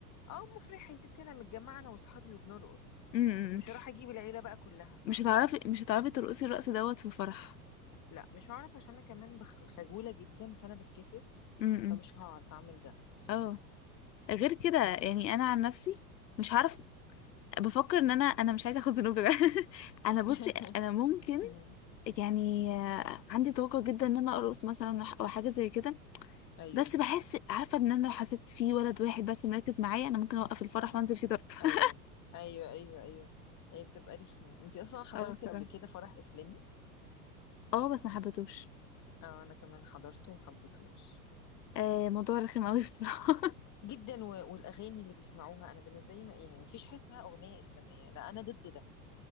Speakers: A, on the left; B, on the left.
A: اه مفرحة يا ستي انا متجمعة انا واصحابي وبنرقص
B: امم
A: بس مش هروح اجيب العيلة بقى كلها
B: مش
A: فاهمة
B: هتعرفي مش هتعرفي ترقصي الرقص دوت في فرح
A: لا مش هعرف عشان انا كمان بخ- خجولة جدا فانا بتكسف
B: امم
A: فمش هعرف اعمل ده
B: اه غير كده
A: فاهمة
B: يعني انا عن نفسي مش هعرف بفكر ان انا انا مش عايزه اخد ذنوب <laughs> انا بصي
A: <laughs>
B: انا ممكن
A: مم.
B: يعني آه، عندي طاقة جدا ان انا ارقص مثلا وح- او حاجة زي كده
A: ايوه
B: بس بحس عارفة ان انا لو حسيت في ولد واحد بس مركز معايا انا ممكن اوقف الفرح وانزل فيه ضرب
A: ايوه
B: <laughs>
A: ايوه ايوه ايوه هي بتبقى رخمة انتي اصلا حضرتي
B: اه بصراحة
A: قبل كده فرح اسلامي
B: اه بس ما حبيتهوش
A: آه انا كمان حضرته ومحبتهوش
B: آه موضوع رخم قوي بصراحة
A: جدا و... والاغاني اللي بيسمعوها انا بالنسبه لي ما... يعني ما فيش حاجه اسمها اغنيه اسلاميه لا انا ضد ده